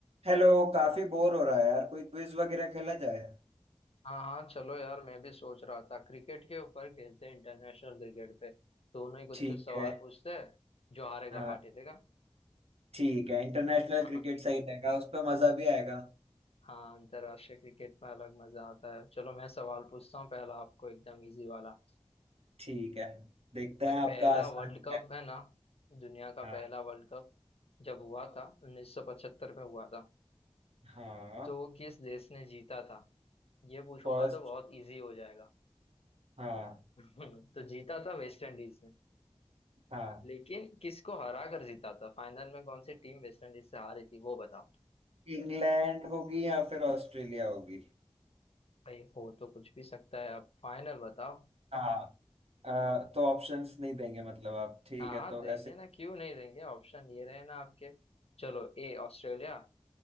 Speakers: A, on the right; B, on the left.
A: हेलो काफी बोर हो रहा है यार कोई क्विज वगैरह खेला जाए
B: हाँ हाँ चलो यार मैं भी सोच रहा था क्रिकेट के ऊपर खेलते हैं इंटरनेशनल क्रिकेट पे दोनों ही कुछ
A: ठीक
B: कुछ सवाल
A: है
B: पूछते हैं जो हारेगा
A: हाँ
B: पार्टी देगा
A: ठीक है इंटरनेशनल
B: <laughs>
A: क्रिकेट सही रहेगा उस पर मजा भी आएगा
B: हाँ अंतर्राष्ट्रीय क्रिकेट में अलग मजा आता है चलो मैं सवाल पूछता हूँ पहला आपको एकदम इजी वाला
A: ठीक है देखते
B: भाई
A: हैं आपका
B: पहला
A: आसान
B: वर्ल्ड
A: क्या
B: कप
A: है
B: है ना दुनिया का
A: हाँ
B: पहला वर्ल्ड कप जब हुआ था 1975 में हुआ था
A: हाँ
B: तो वो किस देश ने जीता था ये पूछूंगा
A: फर्स्ट
B: तो बहुत इजी हो जाएगा
A: हाँ
B: <laughs> तो जीता था वेस्ट इंडीज
A: हाँ
B: लेकिन किसको हरा कर जीता था फाइनल में कौन सी टीम वेस्ट इंडीज से हारी थी वो बताओ
A: इंग्लैंड होगी या फिर ऑस्ट्रेलिया होगी
B: भाई हो तो कुछ भी सकता है आप फाइनल बताओ
A: हाँ अ, तो ऑप्शंस नहीं देंगे मतलब आप ठीक
B: हाँ
A: है
B: हाँ
A: तो
B: देंगे
A: ऐसे
B: ना क्यों नहीं देंगे ऑप्शन ये रहे ना आपके चलो A Australia